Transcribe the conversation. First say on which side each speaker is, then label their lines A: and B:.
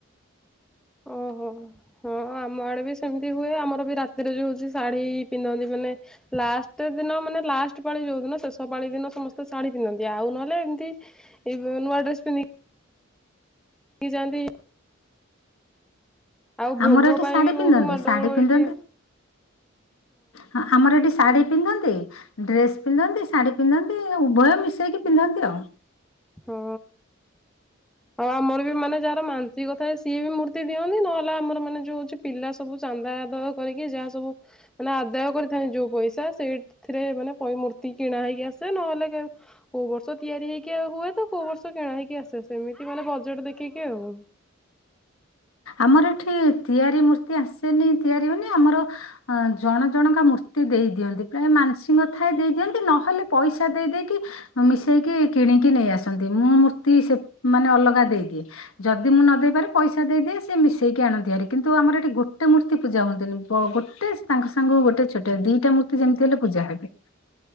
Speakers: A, in the centre; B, on the left.
A: ଓହୋ। ହଁ ଆମ ଆଡେ ବି ସେମିତି ହୁଏ ଆମର ବି ରାତିରେ ଯୋଉ ହୋଉଚି ଶାଢୀ ପିନ୍ଧନ୍ତି ମାନେ ଲାଷ୍ଟେ ଦିନ ମାନେ ଲାଷ୍ଟେ ପାଳି ଯୋଉ ଦିନ ଶେଷ ପାଳି ଦିନ ସମସ୍ତେ ଶାଢୀ ପିନ୍ଧନ୍ତି ଆଉ ନହେଲେ ଏମତି ଇବ୍ ନୂଆ ଡ୍ରେସ ପିନ୍ଧି କି ଯାଆନ୍ତି। ଆଉ ଭୋଗ
B: ଆମର ଏଠି
A: ପାଇଁ
B: ଶାଢୀ
A: ବି ବହୁତ
B: ପିନ୍ଧନ୍ତି
A: ମାଡଗୋଳ
B: ଶାଢୀ ପିନ୍ଧନ୍ତି
A: ଏଠି
B: ହଁ। ଆମର ଏଠି ଶାଢ଼ୀ ପିନ୍ଧନ୍ତି ଡ୍ରେସେ ପିନ୍ଧନ୍ତି ଶାଢୀ ପିନ୍ଧନ୍ତି ଉଭୟ ମିଶେଇକି ପିନ୍ଧନ୍ତି ଆଉ।
A: ହୁଁ। ହଁ ମୋରବି ମାନେ ଯାହାର ମାନସିଂକ ଥାଏ ସିଏ ବି ମୂର୍ତ୍ତି ଦିଅନ୍ତି ନହେଲେ ଆମର ମାନେ ଯୋଉ ଉଛି ପିଲା ସବୁ ଚାନ୍ଦା ଆଦାୟ କରିକି ଯାହା ସବୁ ମାନେ ଆଦାୟ କରିଥାନ୍ତି ଯୋଉ ପଇସା ସେଇଥିରେ ମାନେ ପଇ ମୂର୍ତ୍ତି କିଣା ହେଇକି ଆସେ ନହେଲେ କୋଉ ବର୍ଷ ତିଆରି ହେଇକି ଆ ହୁଏ ତ କୋଉ ବର୍ଷ କିଣା ହେଇକି ଆସେ ସେମିତି ମାନେ ବଜେଟ ଦେଖିକି ଆଉ।
B: ଆମର ଏଠି ତିଆରି ମୂର୍ତ୍ତି ଆସେନି ତିଆରି ମାନେ ଆମର ଅ ଜଣ ଜଣଙ୍କା ମୂର୍ତ୍ତି ଦେଇଦିଅନ୍ତି ପ୍ରାୟ ମାନସିଂଙ୍କ ଥାଏ ଦେଇଦିଅନ୍ତି ନହେଲେ ପଇସା ଦେଇ ଦେଇକି ମିଶେଇକି କିଣିକି ନେଇ ଆସନ୍ତି ମୁଁ ମୂର୍ତ୍ତି ସେ ମାନେ ଅଲଗା ଦେଇଦିଏ। ଯଦି ମୁଁ ନଦେଇ ପାରେ ପଇସା ଦେଇ ଦିଏ ସେ ମିଶେଇକି ଆଣନ୍ତିଭାରି କିନ୍ତୁ ଆମର ଏଠି ଗୋଟେ ମୂର୍ତ୍ତି ପୂଜା ହୁଅନ୍ତିନି ଗୋଟେ ତାଙ୍କ ସାଙ୍ଗ ଗୋଟେ ଛୋଟିଆ ଦିଟା ମୂର୍ତ୍ତି ଯେମତି ହେଲେ ପୂଜା ହେବେ।